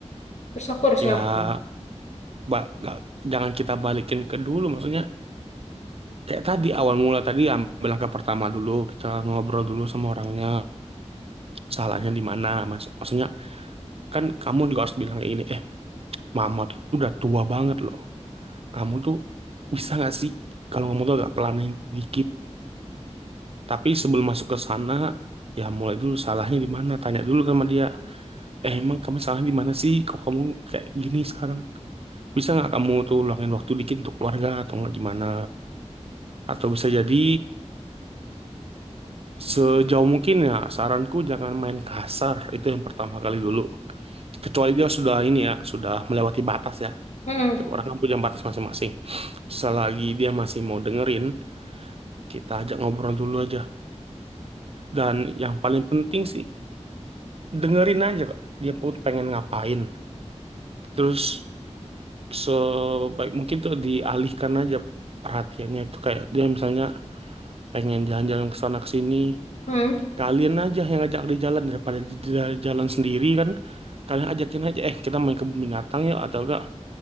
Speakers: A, on the left; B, on the right.
A: Terus aku harus
B: Ya,
A: ngapain?
B: mbak, nggak jangan kita balikin ke dulu. Maksudnya kayak tadi awal mula tadi ambil langkah pertama dulu kita ngobrol dulu sama orangnya salahnya di mana mas maksudnya kan kamu juga harus bilang kayak gini eh mama tuh udah tua banget loh kamu tuh bisa nggak sih kalau ngomong tuh agak pelanin dikit tapi sebelum masuk ke sana ya mulai dulu salahnya di mana tanya dulu sama dia eh emang kamu salahnya di mana sih kok kamu kayak gini sekarang bisa nggak kamu tuh luangin waktu dikit untuk keluarga atau nggak gimana atau bisa jadi sejauh mungkin ya saranku jangan main kasar itu yang pertama kali dulu kecuali dia sudah ini ya sudah melewati batas ya
A: Hmm.
B: Tiap orang kan punya batas masing-masing. Selagi dia masih mau dengerin, kita ajak ngobrol dulu aja. Dan yang paling penting sih, dengerin aja kok. Dia pun pengen ngapain. Terus sebaik mungkin tuh dialihkan aja perhatiannya itu kayak dia misalnya pengen jalan-jalan ke sana ke sini.
A: Hmm.
B: Kalian aja yang ngajak dia jalan daripada dia jalan sendiri kan. Kalian ajakin aja, eh kita main ke binatang yuk atau enggak